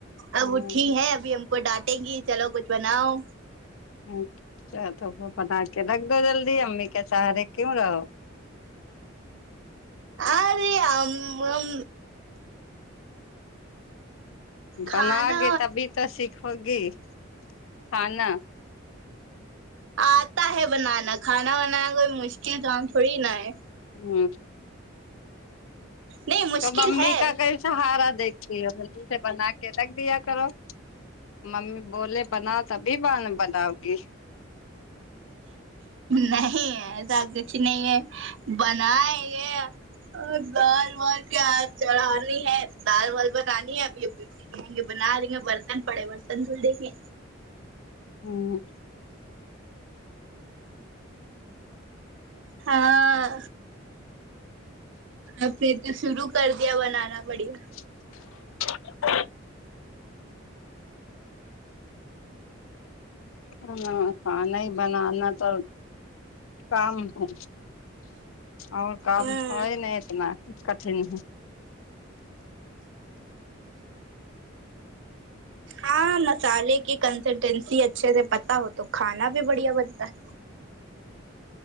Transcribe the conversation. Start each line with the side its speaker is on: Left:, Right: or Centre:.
Left: ہاں
Right: اب اٹھی ہیں ابھی ہم کو ڈانٹیں گی چلو کچھ بناؤ
Left: ہوں ا تو بنا کے رکھ دو جلدی امی کے سہارے کیوں رہو
Right: ارے ہم ہم
Left: بناؤگے
Right: کھانا
Left: تبھی تو سیکھو گی کھانا
Right: آتا ہے بنانا کھانا بنانا کوئی مشکل کام تھوڑی نا ہے
Left: ہمم
Right: نہیں مشکل
Left: تو ممی
Right: ہے
Left: کا کئی سہارا دیکھتی ہو جلدی سے بنا کے رکھ دیا کرو ممی بولے بناؤ تبھی بناؤ گی
Right: نہیں ایسا کچھ نہیں ہے بنا ہے گ اور دال وال کیا چڑھانی ہے دال وال بنانی ہے ابھی ابھی کہیں گے بنا رہی ہیں برتن پڑے برتن دھڑے گے
Left: ہوں
Right: ہاں آپ نے تو شرو کر دیا بنانا بڑھیا
Left: <inaudible> ہاں کھانا ہی بنانا تو کام ہے اور کام
Right: ہاں
Left: تھا ہی نہیں اتنا کٹھن ہے
Right: ہاں مسالے کی کنسلٹینسی اچھے سے پت ہو تو کھانا بھی بڑھیا بنتا ہے